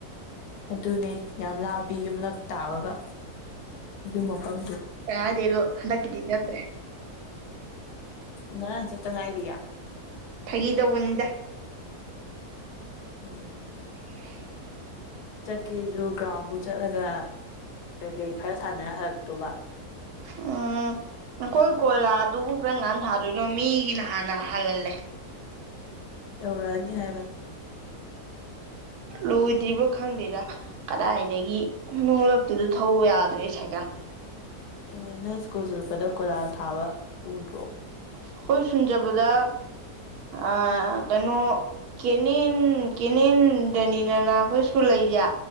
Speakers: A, on the left (about 85°); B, on the right (about 75°).
A: ꯑꯗꯨꯅꯦ ꯌꯥꯝ ꯂꯥꯞꯄꯤ ꯌꯨꯝꯂꯛ ꯇꯥꯕꯒ ꯑꯗꯨ ꯃꯐꯝꯗꯨ
B: ꯀꯗꯦꯅꯣ ꯍꯟꯗꯀꯗꯦ ꯅ꯭ꯔꯦ
A: ꯅ ꯆ ꯆꯉꯥꯏꯗꯌꯥ
B: ꯐꯩꯗ ꯎꯟꯗ
A: ꯎꯝ
B: <unintelligible>
A: ꯆꯠꯀꯦꯁꯨ ꯒ꯭ꯔꯥꯎꯟꯐꯧ ꯆꯠꯂꯒ ꯀꯩ ꯀꯩ ꯈꯔ ꯁꯥꯟꯅꯔ ꯍꯜꯂꯛꯇꯣꯕ
B: ꯎꯝ ꯀꯣꯏ ꯀꯣꯏꯂꯥ ꯑꯗꯨꯕꯨ ꯀꯔꯝ ꯀꯥꯟ ꯊꯥꯗꯣꯏꯅꯣ ꯃꯤꯒꯤꯅ ꯍꯥꯟꯅ ꯍꯜꯍꯜꯂꯦ
A: ꯌꯧꯔꯛꯑꯅꯤ ꯍꯥꯏꯕꯅꯤ
B: ꯂꯣꯏꯗ꯭ꯔꯤꯕ ꯈꯪꯗꯦꯗ ꯀꯗꯥꯏꯗꯒꯤ ꯅꯨꯡꯡꯂꯛꯇꯨꯗ ꯊꯧꯕ ꯌꯥꯗ꯭ꯔꯦ ꯁꯥꯏꯀꯥꯟ
A: ꯑꯦ ꯅꯪ ꯁ꯭ꯀꯨꯜ ꯆꯠꯄꯗ ꯀꯣꯏꯂꯥꯁ ꯊꯥꯕ ꯎꯗ꯭ꯔꯣ
B: ꯑꯩꯈꯣꯏ ꯁꯨꯟꯖꯕꯗ ꯑ ꯀꯩꯅꯣ ꯀꯦꯅꯦꯟ ꯀꯦꯅꯦꯟ ꯗꯅꯤꯅꯅ ꯑꯩꯈꯣꯏ ꯁ꯭ꯨ ꯂꯩꯒ